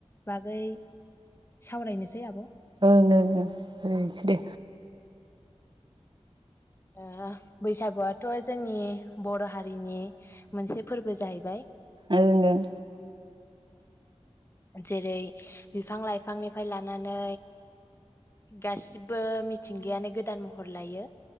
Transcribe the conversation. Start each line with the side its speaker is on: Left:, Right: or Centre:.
Left: बागै सावरायनोसै आब'
Right: ओं ओं ओं <unintelligible> दे।
Left: आ बैसागुआथ' जोंनि बर' हारिनि मोनसे फोरबो जाहैबाय।
Right: ओं ओं।
Left: जेरै बिफां लाइफांनिफाय लानानै गासिब बो मिथिंगायानो गोदान महर लायो।